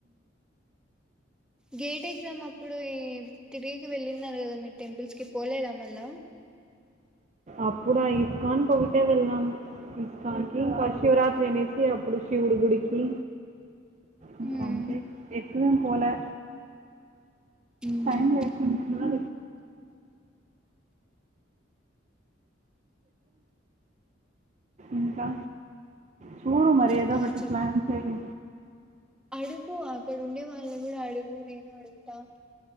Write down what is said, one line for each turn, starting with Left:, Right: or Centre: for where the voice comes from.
Centre: గేట్ ఎగ్జామ్ అప్పుడు ఈ తిరికి వెళ్ళన్నారు కదా మీరు టెంపుల్స్ కి పోలేదా మళ్ళ
Right: అప్పుడు ఆ ఇస్కాన్ ఒకటే వెళ్ళాం. ఇస్కాన్ కి ఇంకా శివరాత్రి అనేసి అప్పుడు శివ్ శివుడు గుడికి ఇంక
Centre: ఉమ్
Right: అంతే ఎక్కువేం పోలే
Centre: ఉమ్
Right: టైం లేకున్లే ఇంకా చూడు మరే
Centre: ఇంకా
Right: ఏదో ఒకటి
Centre: చెప్
Right: ప్లాన్స్ అవి
Centre: అడుగు అక్కడ ఉండే వాళ్ళు కూడా అడుగు నేను అడుగుతా.